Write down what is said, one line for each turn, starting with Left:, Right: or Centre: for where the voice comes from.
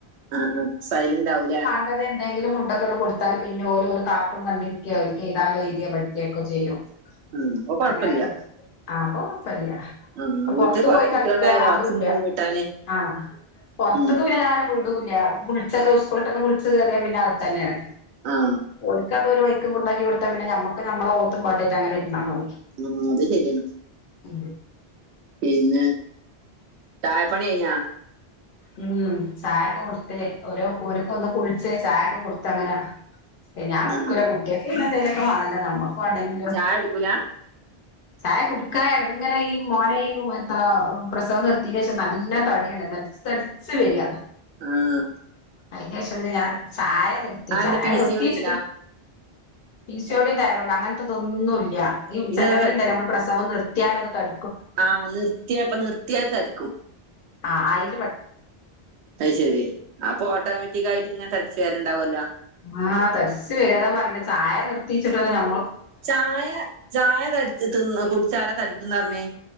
Right: ആഹ് ആഹ് സൈലന്റ് ആവൂല
Left: മറ്റെ എന്തെങ്കിലും ഫുഡൊക്കെ കൊടുത്താൽ പിന്നെ ഓല് ഓലെ കാർട്ടും കണ്ടിരിക്കെ ഓൽക്ക് എയ്താൻള്ളത് എയ്തേ പഠികൊക്കെ ചെയ്യും
Right: ഉം അപ്പൊ കൊഴപ്പില്ല
Left: അങ്ങനെ ക്കെ ആഹ് പ്പ കൊയപ്പല്ല്യ
Right: ആ വീട്ടിൽ
Left: പൊറത്ത്
Right: കൊറേ
Left: പോയി കളിക്ക
Right: കുട്ടികളുണ്ടായാലേ
Left: അതുല്ല
Right: ഒച്ചയും വിളിയും കൂട്ടാന്
Left: ആഹ് പൊറത്തക്ക്
Right: ഉം
Left: പിന്നെ ഞാന് വിടുല്ല കുളിച്ചൊക്കെ ഉ സ്കോളിട്ടൊന്ന് കുളിച്ച് കേയറിയ പിന്നെ അകത്ത് തന്നെയാണ്
Right: ആ
Left: ഓൽക്കണ്ട് ടുതലാക്കി കൊത്താ പിന്നെ നമ്മുക്ക് നമ്മളെ ഓത്തും പാട്ടിട്ട്ങ്ങനെ ഇരുന്നമതി
Right: ഉം അത് ശരിയാണ്
Left: ഉം
Right: പിന്ന തായപ്പണി കയ്ഞ്ഞോ
Left: ഉം ചായൊക്കെ കൊടുത്ത് ഓരോ ഒരുക്ക ഒന്ന് കുളിച്ച് ചായക്കെ കൊടുത്ത് അങ്ങനെ ഞാൻ
Right: ആ
Left: കുട്ക്കൂലാ കുട്ടിയാക്ക് പിന്നെ എന്തേലൊക്കെ വാണല്ലോ നമ്മക്ക് വാണ്ടെങ്കിലും
Right: ആയടിക്കൂല
Left: ചായ കുടിക്കാ <unintelligible> ഇങ്ങനെ ഈ മോന മത്ത പ്രസവം നിർത്തിയ <unintelligible> നല്ല തടിയാണ് തട്ച്ച് തട് ച്ച് വര
Right: ആഹ്
Left: അയ്ൻ്റേശം പിന്നെ ഞാൻ ചായ നിർത്തി
Right: അന്റെ
Left: ചായ
Right: പി
Left: നിർത്തിയേച്ച്ട്ട്
Right: സി ഓടി ഉണ്ടാ
Left: <unintelligible> ശോടും തയ്റോടും അങ്ങൻത്തെ ഇതൊന്നുല്ല ഈ
Right: പിന്നെന്താ
Left: ചെലോല് സവം നിർത്തിയാലൊന്ന് തട
Right: ആഹ് നിർത്തിയപ്പ നിർത്തിയാ തടിക്കും
Left: ആഹ് ആയി
Right: അത് ശരി അപ്പൊ ഓട്ടോമാറ്റിക് ആയിട്ട് ഇങ്ങനെ തടിച്ചു വരണ്ടാവല്ലോ
Left: ആഹ് തരിച്ച് വരതാ പർഞ്ഞ ചായ നിർത്തിച്ചിട്ടന്ന ഞമ്മൾ
Right: ചായ ചായ തടിച്ച് തിന്ന് കുടിച്ചാര തടിക്കുന്നർഞ്ഞേ